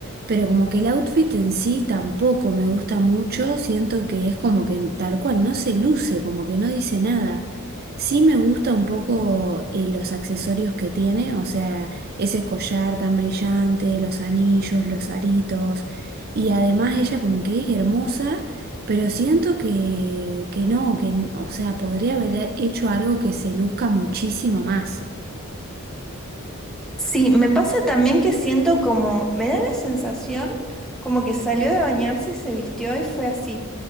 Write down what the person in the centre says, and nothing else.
Sí, me pasa también que siento como, me da la sensación como que salió de bañarse y se vistió y fue así.